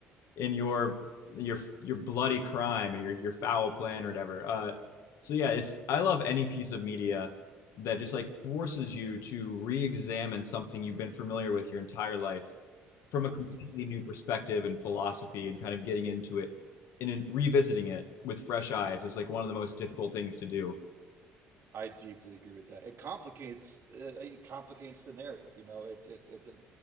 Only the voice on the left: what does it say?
in your your your bloody crime or your your foul plan or whatever. Uh, so yeah, it's I love any piece of media that just like forces you to re-examine something you've been familiar with your entire life from
a completely new perspective and philosophy and kind of getting into it and in revisiting it with fresh eyes is like one of the most difficult things to do.